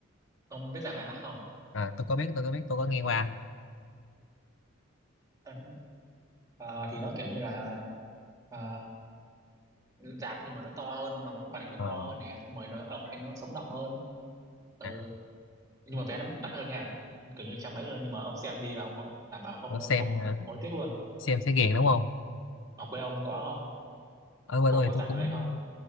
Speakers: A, on the right; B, on the left.
A: ông biết rạp IMAX không
B: à tôi có biết tôi có biết tôi có nghe qua
A: Ấn- à, thì nó kiểu như là à, rạp nhưng mà nó to hơn mà màn hình nó
B: ờ
A: to hơn nè xong rồi nó, âm thanh nó sống động hơn ừ
B: à,
A: nhưng mà vé nó đắt hơn nha kiểu như trăm mấy luôn nhưng mà ông xem đi là ông đảm bảo không
B: tôi xem
A: không
B: ờ,
A: hối tiếc luôn
B: xem sẽ ghiền đúng không
A: ở quê ông có không
B: ở quê
A: có
B: tôi
A: có
B: thì tôi
A: giảm
B: cũng
A: cái đấy không